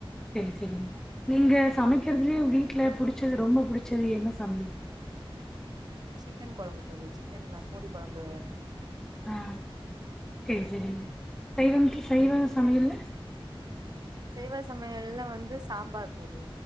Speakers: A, in the centre; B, on the right (about 45°).
A: செரி செரிங்க நீங்க சமைக்கிறதுலயே வீட்ல புடிச்சது ரொம்ப புடிச்சது என்ன சமயல்
B: சிக்கனு கொழம்பு தோழி சிக்கன் அ கோழிக்கொழம்பு
A: ஆ செரி செரிங்க சைவம் கி சைவ சமயல்ல
B: சைவ சமயல்ல வந்து சாம்பார் தோழி.